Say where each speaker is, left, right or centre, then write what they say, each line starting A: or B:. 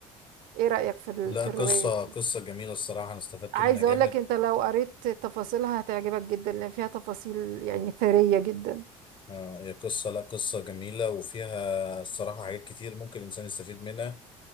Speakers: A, on the right; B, on the left.
A: ايه رايك في ال...
B: لا
A: في
B: قصة
A: الروايه دي
B: قصة جميلة الصراحة أنا استفدت
A: عايزه
B: منها جامد
A: اقول لك انت لو قريت تفاصيلها هتعجبك جدا لان فيها تفاصيل يعني ثريه جدا
B: آه، هي قصة لا قصة جميلة وفيها الصراحة حاجات كتير ممكن الإنسان يستفيد منها